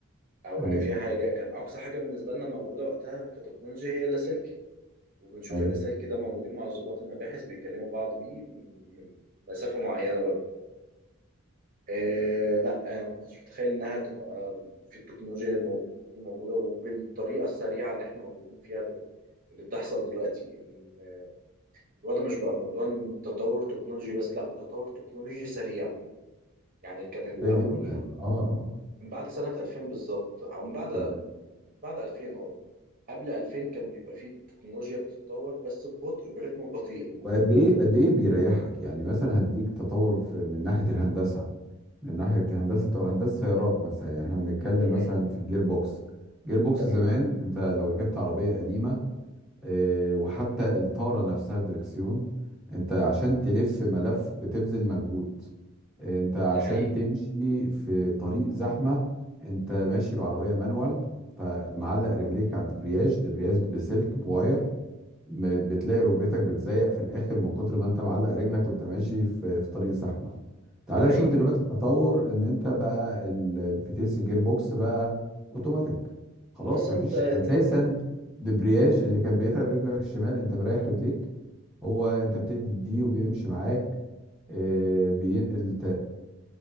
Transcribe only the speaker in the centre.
ايوه
ايوه
كتير
جدا اه اه
يعني
وقد ايه قد ايه بيريحك يعني مثلا هديك تطور في من ناحيه الهندسه من ناحية هندسة أو هندسة سيارات مثلا يعني احنا بنتكلم
مثلا في الجير بوكس جير بوكس
زمان انت لو ركبت عربية قديمة اه وحتى الطارة نفسها الدركسيون انت عشان تلف ملف بتبذل مجهود اه انت عشان
تمشي في طريق زحمة انت ماشي بعربية مانوال فمعلق رجليك على الدبرياج دبرياج بسلك بواير م- بتلاقي ركبتك بتزيق في الاخر من كتر ما انت معلق رجلك وانت ماشي في في طريق زحمه تعالى
شوف دلوقتي التطور ان انت بقى ال- الفتيس الجير بوكس بقى اوتوماتيك خلاص
مفيش
اساسا دبرياج اللي كان بيتعب رجلك الشمال انت مريح رجليك هو انت بتدي الدي وبيمشي معاك آه، بينقل